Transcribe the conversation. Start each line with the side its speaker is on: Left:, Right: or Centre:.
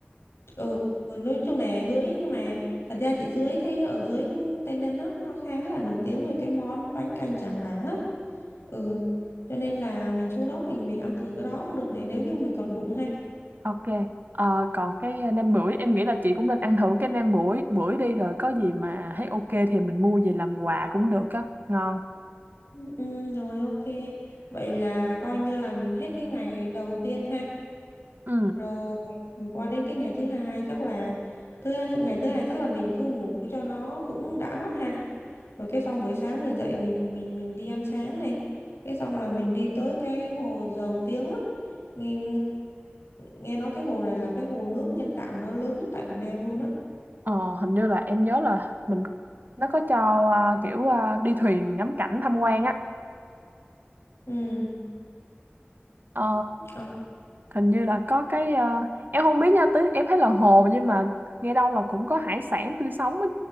Left: ừ nói chung là dưới nhưng mà thật ra chị dưới thấy ở dưới Tây Ninh á nó khá là nổi tiếng về cái món bánh canh Tràng Bàng á ừ cho nên là mình xuống đó mình mình ăn thử cái đó cũng được này nếu như mình còn bụng ha
Right: Ok. Ờ, còn cái ờ, nem bưởi em nghĩ là chị cũng nên ăn thử cái nem bưởi bưởi đi rồi có gì mà thấy ok thì mình mua về làm quà cũng được á, ngon.
Left: Ừ, ừ, rồi ok. Vậy là coi như là mình hết cái ngày đầu tiên ha.
Right: Ừ.
Left: Rồi mình qua đến cái ngày thứ hai chắc là thứ ngày thứ hai chắc là mình cứ ngủ cho nó cũng đã mắt ha. Rồi cái xong buổi sáng mình dậy mình mình mình đi ăn sáng này. Cái xong là mình đi tới cái hồ Dầu Tiếng á. Nghe nghe nói cái hồ này là cái hồ nước nhân tạo mà nó lớn nhất tại Việt Nam luôn á.
Right: Ờ, hình như là em nhớ là mình nó có cho ờ, kiểu ờ, đi thuyền ngắm cảnh tham quan á.
Left: Ừ.
Right: Ờ,
Left: ờ,
Right: hình như là có cái ờ, em không biết nha tới em thấy là hồ nhưng mà nghe đâu là cũng có hải sản tươi sống ở,